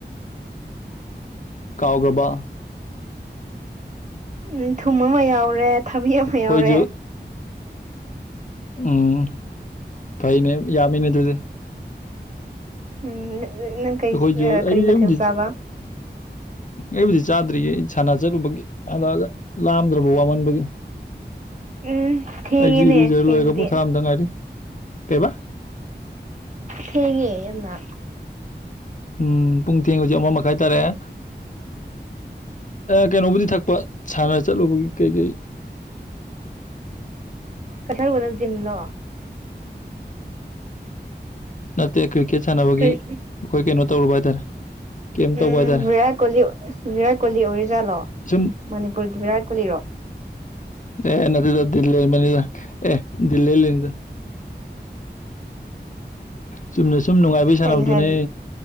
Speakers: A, on the left; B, on the right.
A: ꯀꯥꯎꯈꯔꯥꯕ꯫
B: ꯎꯝ ꯊꯨꯝ ꯑꯃ ꯌꯥꯎꯔꯦ ꯊꯕꯤ ꯑꯃ
A: ꯑꯩꯈꯣꯏꯁꯨ
B: ꯌꯥꯎꯔꯦ꯫
A: ꯎꯝ ꯐꯩꯅꯦ ꯌꯥꯝꯃꯤꯅꯦ ꯑꯗꯨꯗꯤ꯫
B: ꯎꯝ ꯅꯪ ꯀꯩ
A: ꯑꯩꯈꯣꯏꯁꯨ
B: ꯀꯔꯤ
A: ꯑꯩ
B: ꯃꯊꯦꯜ
A: ꯑꯩꯕꯨꯗꯤ
B: ꯆꯥꯕ꯫
A: ꯑꯩꯕꯨꯗꯤ ꯆꯥꯗ꯭ꯔꯤꯌꯦ ꯑꯩ ꯁꯥꯟꯅ ꯆꯠꯂꯨꯕꯒꯤ ꯍꯜꯂꯛꯑꯒ ꯂꯥꯝꯗ꯭ꯔꯕ ꯋꯥꯃꯟꯕꯒꯤ꯫
B: ꯎꯝ꯫ ꯊꯦꯡꯉꯦꯅꯦ
A: ꯑꯩꯁꯦ ꯏꯔꯨꯖ
B: ꯊꯦꯡꯕꯗꯤ
A: ꯂꯣꯏꯔꯒ ꯄꯣꯊꯥꯕꯗ ꯉꯥꯏꯔꯤ ꯀꯩꯕꯥ꯫
B: ꯊꯦꯡꯉꯦ ꯌꯥꯝꯅ꯫
A: ꯎꯝ ꯄꯨꯡꯊꯦꯡ ꯍꯧꯖꯤꯛ ꯑꯃ ꯃꯈꯥꯏ ꯇꯥꯔꯦꯑꯦ꯫ ꯀꯩꯅꯣꯕꯨꯗꯤ ꯊꯛꯄ ꯁꯥꯟꯅ ꯆꯠꯂꯨꯕꯒꯤ ꯀꯩ ꯀꯩ꯫
B: ꯀꯊꯔꯨꯕꯅ ꯖꯤꯝꯅꯣ꯫
A: ꯅꯠꯇꯦ ꯀ꯭ꯔꯤꯀꯦꯠ ꯁꯥꯟꯅꯕꯒꯤ
B: ꯀꯔꯤ
A: ꯑꯩꯈꯣꯏ ꯀꯩꯅꯣ ꯇꯧꯔꯨꯕ ꯍꯥꯏꯇꯥꯔꯦ꯫ ꯀꯦꯝ
B: ꯎꯝ
A: ꯇꯧꯕ ꯍꯥꯏꯇꯥꯔꯦ
B: ꯔꯠ ꯀꯣꯂꯤ ꯔꯥꯠ ꯀꯣꯜꯂꯤ ꯑꯣꯔꯤꯖꯥ ꯂ꯫
A: ꯁꯨꯝ
B: ꯃꯅꯤꯄꯨꯔꯒꯤ ꯚꯤꯔꯥꯠ ꯀꯣꯂꯤꯔꯣ꯫
A: ꯑꯦ ꯅꯗꯜꯂꯤ ꯃꯅꯤꯗ ꯑꯦꯜꯂꯤ ꯂꯅꯤꯗ꯫ ꯆꯨꯝꯅ ꯁꯨꯝ ꯅꯨꯡꯉꯥꯏꯕꯩ ꯁꯥꯟꯅꯕꯗꯨꯅꯦ꯫
B: ꯑꯩꯅ ꯍꯥꯏꯕꯗꯤ